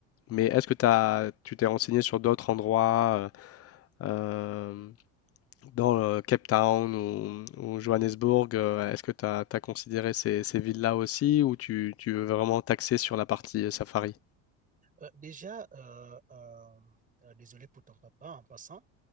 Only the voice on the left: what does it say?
mais est-ce que t'as, tu t'es renseigné sur d'autres endroits? euh, euh, dans le Cape Town ou, ou Johannesburg, euh, est-ce que tu as, considéré ces, ces villes-là aussi ou tu, tu veux vraiment t'axer sur la partie euh, safari?